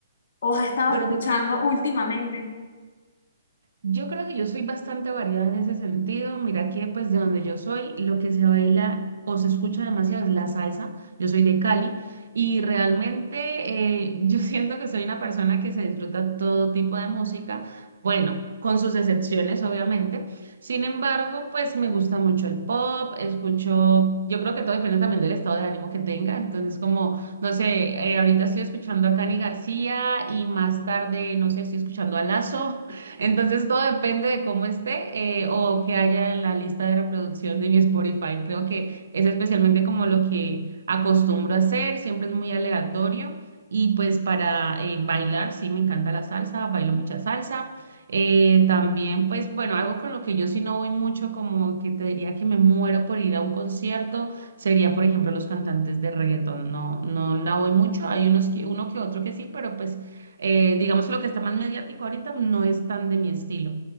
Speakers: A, on the left; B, on the right.
A: o has estado
B: Bueno,
A: escuchando
B: te cuento.
A: últimamente.
B: Yo creo que yo soy bastante variada en ese sentido. Mira que pues de donde yo soy, lo que se baila o se escucha demasiado es la salsa. Yo soy de Cali y realmente eh, <laughs> yo siento que soy una persona que se disfruta todo tipo de música, bueno, con sus excepciones obviamente. Sin embargo, pues me gusta mucho el pop, escucho, yo creo que todo depende también del estado de ánimo que tenga. Entonces como, no sé, eh, ahorita estoy escuchando a Cani García y más tarde, no sé, estoy escuchando a Lazo. Entonces todo depende de cómo esté eh, o que haya en la lista de reproducción de mi Spotify. Creo que es especialmente como lo que acostumbro a hacer, siempre es muy aleatorio. Y pues para eh, bailar, sí, me encanta la salsa, bailo mucha salsa. Eh, también pues bueno, algo con lo que yo sí no voy mucho, como que te diría que me muero por ir a un concierto, sería por ejemplo los cantantes de reggaetón. No, no la voy mucho, hay unos que, uno que otro que sí, pero pues... Eh, digamos que lo que está más mediático ahorita no es tan de mi estilo.